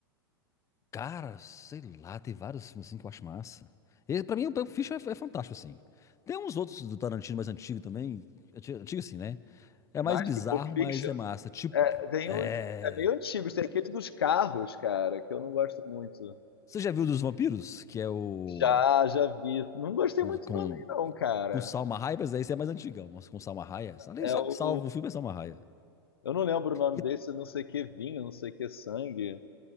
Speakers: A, on the left (about 25°); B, on the left (about 75°).
A: Cara, sei lá, tem vários filmes assim que eu acho massa. Ele, pra mim, o Pulp Fiction é, é fantástico, assim. Tem uns outros do Tarantino mais antigo também. Anti- Antigo assim, né? É
B: Mais
A: mais bizarro,
B: que Pulp Fiction.
A: mas é massa. Tipo,
B: É, tem
A: é...
B: uns. É meio antigos. Tem aquele dos carros, cara, que eu não gosto muito.
A: Você já viu dos vampiros? Que é o...
B: Já, já vi. Não gostei
A: Com,
B: muito
A: com
B: também, não, cara.
A: Com Salma Hayek, mas daí esse é mais antigão. Mas com Salma Hayek. Ali
B: É
A: só
B: o.
A: que salva o filme é Salma Hayek.
B: Eu não lembro o nome
A: E,
B: desse, não sei que vinho, não sei que sangue.